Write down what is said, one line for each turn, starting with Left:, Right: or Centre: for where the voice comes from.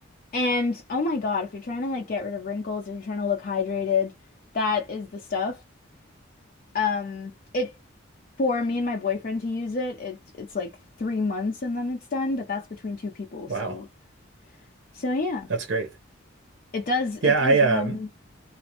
Left: And oh my God, if you're trying to like get rid of wrinkles, if you're trying to look hydrated, that is the stuff. Um, it for me and my boyfriend to use it, it's it's like three months and then it's done, but that's between two people.
Right: wow.
Left: So so yeah.
Right: That's great.
Left: It does
Right: Yeah,
Left: it does
Right: I
Left: run,
Right: um